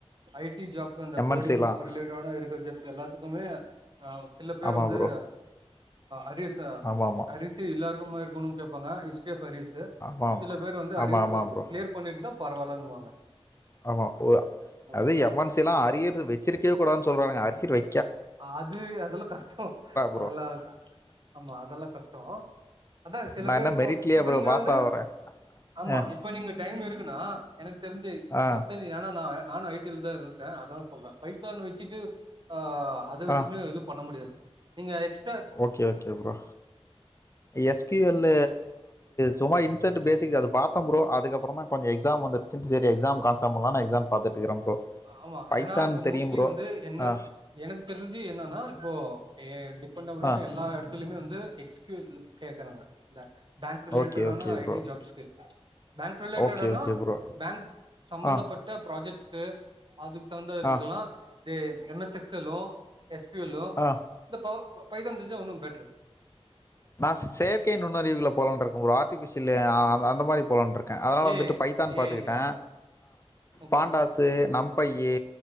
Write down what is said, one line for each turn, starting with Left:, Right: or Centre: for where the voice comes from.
Right: ஐ டி ஜாப் இந்த
Left: எம்என்சிலாம்
Right: கோடிங் ரிலேட்ட இருக்குற ஜப் எல்லாத்துக்குமே ஆ சில பேர்
Left: ஆமா
Right: வந்து
Left: ப்ரோ
Right: அரியஸ்ச
Left: ஆமா ஆமா
Right: அரிஸு எல்லாருக்குமா இருக்கணும்னு கேட்பாங்க ஹிஸ்ட்ரி ஆஃப் அரியஸ்ஸு
Left: ஆமா ஆமா
Right: சில பேர் வந்து அரிஸு
Left: ஆமா ஆமா ப்ரோ
Right: கிளியர் பண்ணியிருந்தா பரவாலான்வா
Left: ஆமா ஓ
Right: மோஸ்ட்லி
Left: அது எம் என்சி எல்லா அரியர் வெச்சிருக்கயே கூடாதுனு சொல்றானுங்க சிற்வை
Right: அது அதெல்லா கஷ்டோ
Left: ப்ரோ
Right: அதெல்லா ஆமா அதெல்லா கஷ்டோ அதா சில
Left: நான்
Right: பேர்
Left: என்ன
Right: இப்போ
Left: மெரிட்லயா
Right: இப்ப
Left: ப்ரோ
Right: நீங்க
Left: பாஸ்
Right: வந்து
Left: ஆகுறேன்
Right: ஆமா
Left: ஆ
Right: இப்ப நீங்க டைம் இருக்குன்னா எனக்கு தெரிஞ்சு
Left: ஆ
Right: எனக்கு தெரிஞ்சு ஏன்னா நா நானு ஐ டில தா இருந்தே அதா சொல்றே பைதான் வச்சிட்டு ஆ அத வச்சுன்னு
Left: ஆ
Right: எதுவு பண்ண முடியாது நீங்க எக்ஸ்
Left: ஓகே ஓகே ப்ரோ எஸ் கு யூ எல் சும்மா இன்சென்ட் பேஸிக் அது பாத்தன் ப்ரோ அதுக்கப்பறமா கொஞ்ச எக்ஸாம் வந்துடுச்சுனு செரி எக்ஸாம் கன்ஸ பன்லானு எக்ஸாம் பாத்துட்டு இருக்கிறேன் ப்ரோ
Right: ஆமா
Left: பைத்தான்
Right: ஏன்னா இப்ப
Left: தெரியும்
Right: மோஸ்ட்லி
Left: ப்ரோ
Right: வந்து என்ன
Left: ஆ
Right: எனக்கு தெரிஞ்சு என்னன்னா இப்போ எ கொண்ட விட
Left: ஆ
Right: எல்ல இடத்துலுமே வந்து எஸ்கூஸ் கேக்குறாங்க பேங்க் ரிலேட்டான
Left: ஓகே ஓகே
Right: ஐ
Left: ப்ரோ
Right: டி ஜாப்ஸ்கே பேங்க் ரிலேட்டானா
Left: ஓகே ஓகே ப்ரோ
Right: பேங்க் சம்பந்தப்பட்ட
Left: ஆ
Right: ப்ராஜெக்ட்ஸ் அதுக்கு தந்தா இருதுக்கலா
Left: ஆ
Right: தே M S எஸ்ஸ்ல்லு S Q L
Left: ஆ
Right: இந்த ப பைதான் தெஞ்சா ஒன்னு பெட்டர்
Left: நா செயற்கை நுண்ணறிவுகள போல இருக்கு ப்ரோ ஆர் ஆர்டிஃபிசியல் அ அந்த மாதிரி போல இருக் அதனா
Right: ஏ
Left: வந்துட்டு
Right: ஐ
Left: பைத்தான்
Right: ஏ
Left: பார்த்துக்கிட்டே
Right: ஐ இல்லையா ஓகே
Left: பாண்டாஸ் நம் ப்பை ஏ